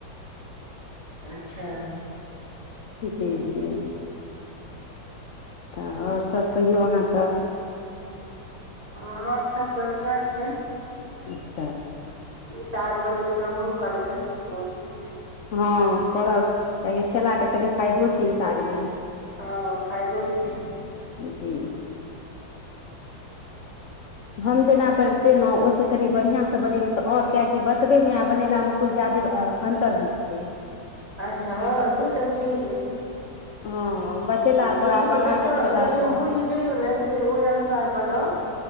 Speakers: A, on the right; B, on the left.
A: अच्छा
B: जी जी तऽ और सब कहियौ अहाँ तऽ
A: और सब बढ़ियाँ छै
B: अच्छा
A: ई साग बनबैके हमहूँ करबै कोशिश
B: हँ करब कियाकि खेला के कनि फायदो छै ई सागमे
A: हँ फायदो छै
B: जी हम जेना बतेलहुँ ओहिसँ कनि बढ़िआँसँ बनेबै तऽ आओर कियकि बतबैमे आ बनेलामे कुछु ज्यादे अन्तर होइ छै
A: अच्छा हँ से तऽ छैे है
B: हँ बतेला
A: छैहे
B: पर
A: लेकिन
B: आ बना
A: बताउ
B: कऽ खेला
A: लेकिन
B: पर
A: बुझि जइयौ ने तऽ फेर ओहि अनुसार बनाउ